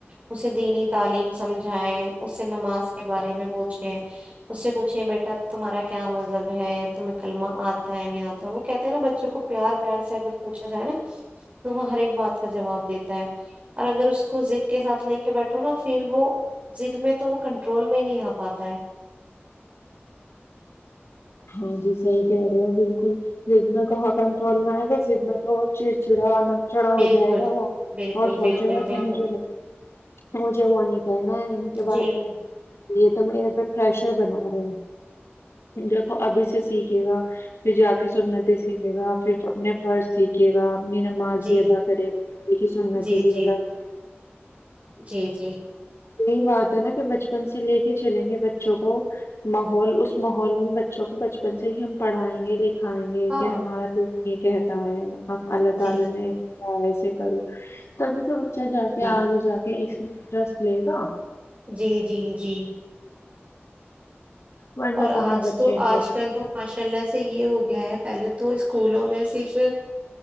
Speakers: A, on the right; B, on the left.
A: اسے دینی تعلیم سمجھائے اس سے نماز کے بارے میں پوچھے اس سے پوچھے بیٹا تمہارا کیا مذہب ہے تو میں کلمہ آتا ہے نہیں آتا وہ کہتا ہے نا بچوں کو پیار پیار سے اگر پوچھا جائے نا تو وہ ہر ایک بات کا جواب دیتا ہے اور اگر اس کو ضد کے ساتھ لے کے بیٹھو نا پھر وہ جد میں تو بو کنٹرول میں نہیں آتا پتہ ہے
B: ہاں جی صحیح کہہ رہے ہو بالکل زد میں کہاں کنٹرول میں آئے گا زد میں تو چڑچڑا نا چڑا ہو
A: بالکل
B: جائے گا وہ
A: بالکل
B: اور سوچے
A: بالکل
B: گا
A: بالکل
B: کہ مجھے مجھے بو نہیں کرنا ہے ان کے
A: جی
B: بارے میں یہ تو میرے پریشر بنا رہے ہیں ابھی سے سیکھے گا پھر جا کے سنتیں سیکھے گا پھر اپنے فرض سیکھے گا اپنی نماز
A: جی
B: بھی ادا کرے کی سنتیں
A: جی
B: بھی
A: جی
B: ادا کر
A: جی جی
B: یہی بات ہے نا کہ بچپن سے لے کے چلیں گے بچوں کو ماحول اس ماحول میں بچوں کو بچپن سے ہی ہم پڑھائیں گے لیکن سکھائیں گے
A: ہاں
B: کہ ہمارا دین ایک کہتا ہے ہم اللہ تعالی
A: جی
B: نے معائض کرو تبھی تو ب بچا جا کے
A: جی
B: آگ جا کہ انٹرسٹ لے گا
A: جی جی جی
B: ورنہ
A: اور
B: کہاں
A: آج
B: بچے
A: تو
B: انٹرسٹ
A: آج کل تو ماشاء اللہ سے یہ ہو گیا ہے پہلے تو اسکولوں میں صرف